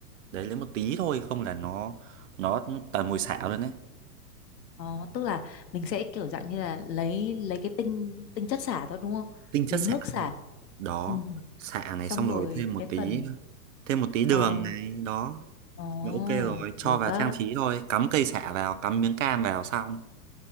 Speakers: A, on the right; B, on the left.
A: đấy lấy một tí thôi không là nó nó toàn mùi xả luôn đấy
B: ờ, tức là mình sẽ kiểu dạng như là lấy lấy cái tinh tinh chất xả thôi đúng không
A: tinh chất
B: lấy
A: xả
B: nước xả
A: đó
B: ừ.
A: xả này
B: xong
A: xong
B: rồi
A: rồi thêm một
B: cái
A: tí
B: phần
A: thêm một tí đường
B: ờ,
A: này đó
B: ồ
A: là ok rồi cho
B: được
A: vào
B: á
A: trang trí thôi cắm cây sả vào cắm miếng cam vào xong